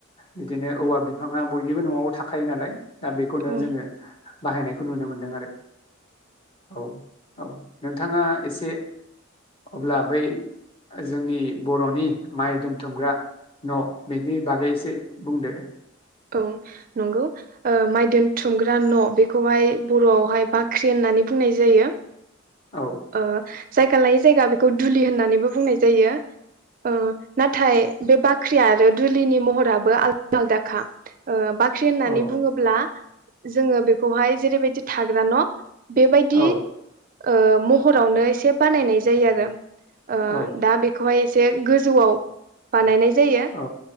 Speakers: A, on the left; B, on the right.
A: बिदिनो औवा बिफाङा बयनिबो न'आव थाखायो नालाय दा बेखौनो
B: औ
A: जोङो बाहायनायखौ नुनो मोनदों आरो औ औ नोंथाङा एसे अब्ला बै जोंनि बर'नि माइ दोनथुमग्रा न' बेनि बागै एसे बुंदो दे
B: औ नंगौ ओ माइदोनथुमग्रा न' बेखौहाय बर'आवहाय बाख्रि होनना नै बुंनाय जायो।
A: औ
B: ओ जायगा लायै जायगा बेखौ दुलि होननानैबो बुंनाय जायो। औ नाथाय बे बाख्रि आरो दुलिनि महराबो आलदा आलदाखा ओ बा फाख्रि होननानै
A: औ
B: बुङोब्ला जोङो बेखौहाय जेरैबायदि थाग्रा न' बेबायदि
A: औ
B: ओ महरावनो एसे बानायनाय जायो आरो ओ
A: औ
B: दा बेखौहाय एसे गोजौआव बानायनाय जायो
A: औ